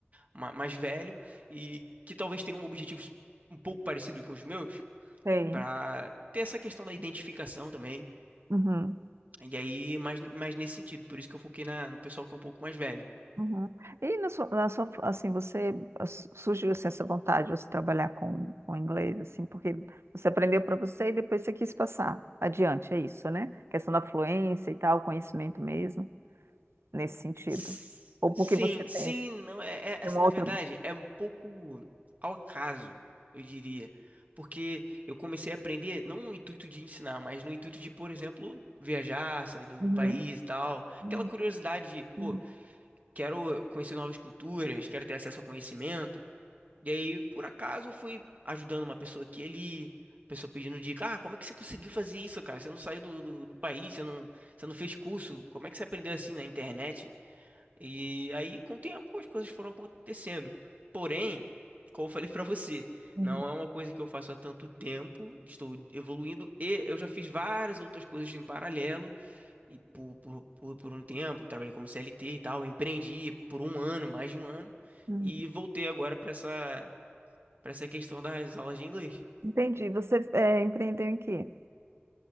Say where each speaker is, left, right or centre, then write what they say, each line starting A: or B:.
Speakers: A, on the right; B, on the right.
A: ma- mais velho e que talvez tenha objetivos um pouco parecidos com os meus,
B: Sei.
A: para ter essa questão da identificação também.
B: Uhum.
A: E aí, mais, mais nesse sentido, por isso que eu foquei na, no pessoal que é um pouco mais velho.
B: Uhum. E na sua, na sua- assim, você as- surgiu assim, essa vontade de você trabalhar com, com inglês, assim, porque você aprendeu para você e depois você quis passar adiante, é isso, né? Questão da fluência e tal, conhecimento mesmo, nesse sentido.
A: S-
B: Ou
A: Sim,
B: porque você
A: sim,
B: tem,
A: não é, é-
B: tem
A: assim,
B: uma
A: na
B: outra.
A: verdade, é um pouco ao acaso, eu diria. Porque eu comecei a aprender não no intuito de ensinar, mas no intuito de, por exemplo, viajar, sair do,
B: Uhum.
A: do país e tal. Aquela
B: Uhum.
A: curiosidade de, pô,
B: Uhum.
A: quero conhecer novas culturas, quero ter acesso ao conhecimento. E aí, por acaso, eu fui ajudando uma pessoa aqui e ali, pessoa pedindo dica, ah, como é que você conseguiu fazer isso, cara? Você não saiu do, do, do país, você não, você não fez curso, como é que você aprendeu assim na internet? E aí, com o tempo, as coisas foram acontecendo. Porém, como eu falei pra você,
B: Uhum.
A: não é uma coisa que eu faço há tanto tempo, estou evoluindo e eu já fiz várias outras coisas em paralelo e por, por, por, por um tempo, trabalhei como CLT e tal, empreendi por um ano, mais de um ano,
B: Uhum.
A: e voltei agora pra essa, para essa questão das aulas de inglês.
B: Entendi. Você é, empreendeu em quê?